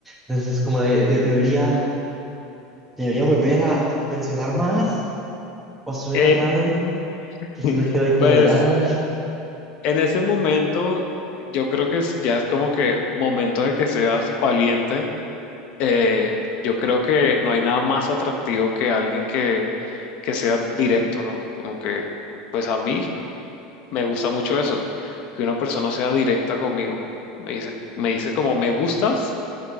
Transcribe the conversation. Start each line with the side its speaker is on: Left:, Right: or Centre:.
Centre: Entonces como de, de- debería, debería volver a, a presionar más. ¿O suena
Left: Eh,
Centre: raro?
Left: <laughs>
Centre: Entonces me quedo ahí como
Left: pues
Centre: de, ay.
Left: en ese momento, yo creo que es- ya es como que momento de que seas valiente. Eh, yo creo que no hay nada más atractivo que alguien que, que sea directo, ¿no? Como que, pues a mí me gusta mucho eso, que una persona sea directa conmigo. Me dice, me dice como me gustas